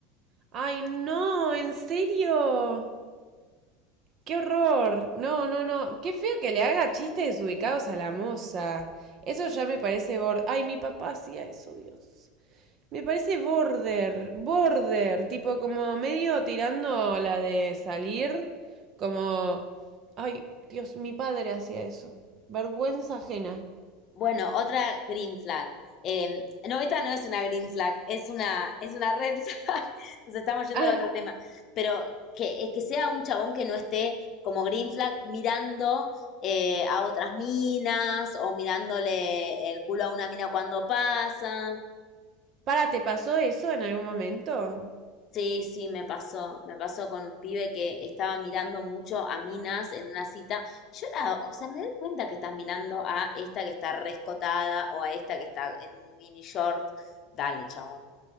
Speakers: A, on the right; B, on the left.
A: Ay, no, en serio. ¡Qué horror! No, no, no. Qué feo que le haga chistes desubicados a la moza. Eso ya me parece border. Ay, mi papá hacía eso, Dios. Me parece border, border, tipo como medio tirando la de salir, como... Ay, Dios, mi padre hacía eso. Vergüenza ajena.
B: Bueno, otra green flag. Eh, no, esta no es una green flag, es una, es una red flag. <laughs> Nos estamos yendo
A: Ah,
B: al otro tema. Pero que, eh, que sea un chabón que no esté como green flag mirando eh, a otras minas o mirándole el culo a una mina cuando pasa.
A: para, ¿te pasó eso en algún momento?
B: Sí, sí, me pasó, me pasó con un pibe que estaba mirando mucho a minas en una cita y yo era, o sea, me doy cuenta que estás mirando a esta que está rescotada o a esta que está en un mini short. Dale, chabón,